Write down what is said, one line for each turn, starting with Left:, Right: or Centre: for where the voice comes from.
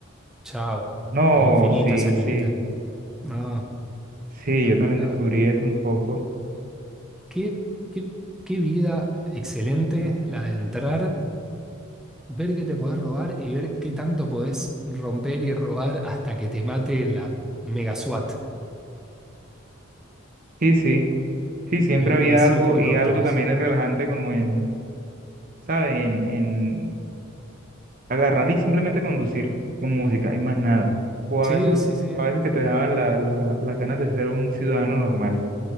Centre: chao.
Right: No,
Centre: El infinito
Right: sí,
Centre: es el
Right: sí,
Centre: límite. No,
Right: sí,
Centre: espectacular.
Right: yo también descubrí eso un poco.
Centre: Qué, qué, qué vida excelente la de entrar, ver qué te podés robar y ver qué tanto podés romper y robar hasta que te mate la mega SWAT,
Right: Sí, sí, sí, siempre
Centre: hasta que vengan
Right: había
Centre: siete
Right: algo
Centre: helicópteros.
Right: y algo también es relajante como en, ¿sabes? En, en agarrar y simplemente conducir con música y más nada. O
Centre: Sí,
Right: a veces,
Centre: sí, sí,
Right: a veces que te daban la, la, las ganas de ser un ciudadano normal